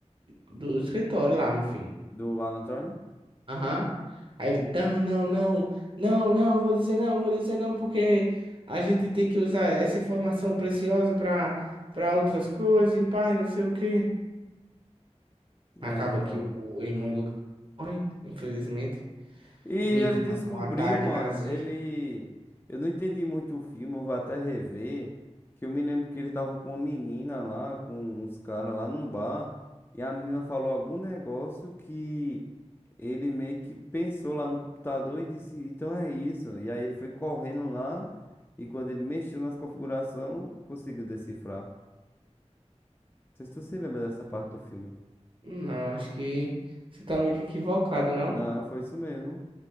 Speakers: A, on the right; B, on the left.
A: do escritório lá, meu filho.
B: Do Alan Thorne?
A: Aham. Aí ele, não, não, não, não, não, vou dizer não, vou dizer não, porque a gente tem que usar essa informação preciosa pra, pra outras coisas e pai, não sei o quê.
B: É,
A: Acaba
B: então.
A: que o, o irmão do cara morre, infelizmente,
B: E
A: vítima
B: ele descobriu,
A: de um ataque
B: mano,
A: nazista.
B: ele. Eu não entendi muito o filme, eu vou até rever. Que eu me lembro que ele tava com uma menina lá, com uns caras lá num bar. E a menina falou algum negócio que ele meio que pensou lá no computador e disse, então é isso. E aí ele foi correndo lá. E quando ele mexeu nas configurações, conseguiu decifrar. Não sei se tu se lembra dessa parte do filme.
A: Não, acho que você tá meio que equivocado, não?
B: Não, foi isso mesmo.